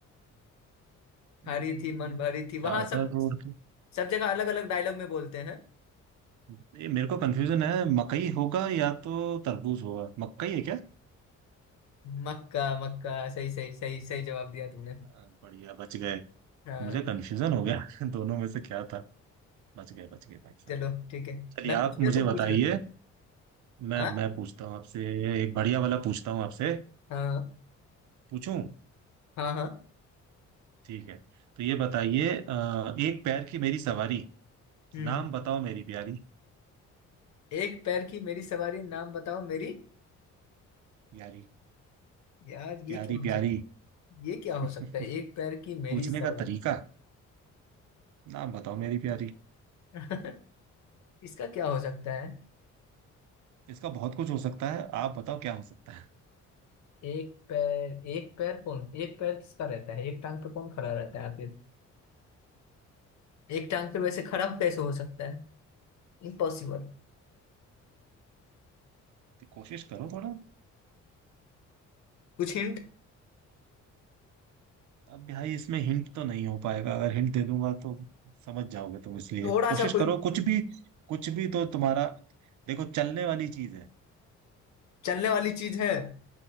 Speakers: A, on the right; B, on the left.
A: हम्म,
B: हरी थी मन भरी थी
A: चादर
B: वहां सब
A: ओढ़ के
B: सब जगह अलग अलग डायलॉग में बोलते हैं
A: ये मेरे को कंफ्यूजन है मकई होगा या तो तरबूज होगा मकई है क्या
B: मक्का मक्का सही सही सही सही जवाब दिया तुमने
A: हाँ, बढ़िया बच गए
B: हाँ
A: मुझे कंफ्यूजन हो गया <laughs> दोनों में से क्या था बच गए बच गए भाई साहब
B: चलो ठीक है
A: चलिए
B: मैं पूछ
A: आप
B: लिया
A: मुझे
B: तुम
A: बताइए
B: पूछ रहे हो
A: मैं
B: हाँ
A: मैं पूछता हूँ आपसे एक बढ़िया वाला पूछता हूँ आपसे
B: हाँ
A: पूछूं
B: हाँ हाँ
A: ठीक है तो ये बताइए अ, एक पैर की मेरी सवारी
B: हम्म
A: नाम बताओ मेरी प्यारी
B: एक पैर की मेरी सवारी नाम बताओ मेरी
A: प्यारी
B: यार ये
A: प्यारी
B: क्या हो
A: प्यारी
B: सकता ये क्या
A: <laughs>
B: हो सकता है एक पैर की मेरी
A: पूछने
B: सवारी
A: का तरीका नाम बताओ मेरी प्यारी
B: <laughs> इसका क्या हो सकता है
A: इसका बहुत कुछ हो सकता है आप बताओ क्या हो सकता है
B: एक पैर एक पैर कौन एक पैर किसका रहता है एक टांग पे कौन खड़ा रहता है आखिर एक टांग पे वैसे खड़ा कैसे हो सकता है इम्पॉसिबल
A: तो कोशिश करो थोड़ा
B: कुछ हिंट
A: अब भाई इसमें हिंट तो नहीं हो पाएगा अगर हिंट दे दूंगा तो समझ जाओगे तुम इसलिए
B: थोड़ा
A: कोशिश
B: सा कोई
A: करो कुछ भी कुछ भी तो तुम्हारा देखो चलने वाली चीज है
B: चलने वाली चीज है